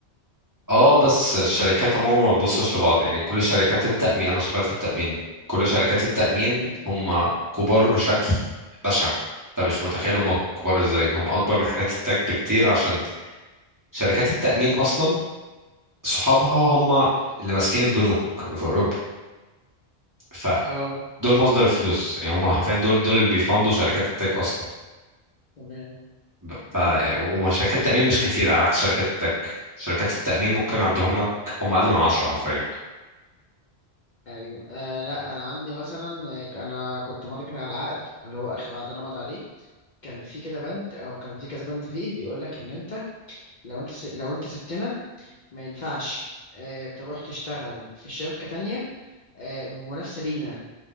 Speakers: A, on the right; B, on the left.
A: اه بس الشركات عموما ما بتبصش لبعض يعني كل شركات التأمين أنا شغال في التأمين كل شركات التأمين هم كبار بشكل بشع انت مش متخيل هم كبار ازاي هم اكبر من حاجات التك بكتير عشان شركات التأمين أصلا صحابها هم اللي ماسكين البنوك اللي في أوروبا فدول
B: اه
A: مصدر الفلوس يعني هم حرفيا دول دول اللي بيفندوا شركات التك أصلا
B: تمام
A: ب- ف وشركات التأمين مش كتير على عكس شركات التك شركات التأمين ممكن أعدهم لك هم أقل من عشرة حرفيا
B: ايوه آه لا انا عندي مثلا آه، انا كنت ماضي كده على عقد اللي هو اخر عقد انا ماضي عليه كان في كده بند او كان في كذا بند فيه بيقول لك ان انت لو انت س- لو انت سبتنا ما ينفعش آه تروح تشتغل في شركة تانية آه منافسة لينا